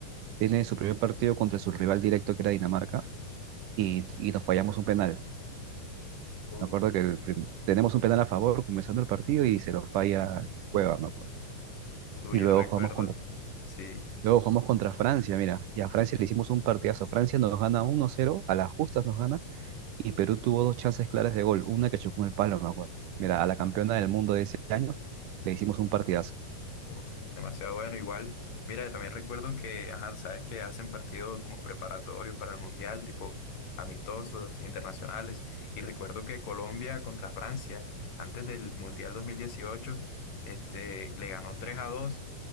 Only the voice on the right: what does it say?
tiene su primer partido contra su rival directo que era Dinamarca y, y nos fallamos un penal.
Me acuerdo que el prim- tenemos un penal a favor comenzando el partido y se lo falla Cueva, me acuerdo.
Y
luego
jugamos contra,
luego jugamos contra Francia, mira, y a Francia le hicimos un partidazo. Francia nos gana 1-0, a las justas nos gana, Y Perú tuvo dos chances claras de gol, una que chocó en el palo, me acuerdo. Mira, a la campeona del mundo de ese año le hicimos un partidazo.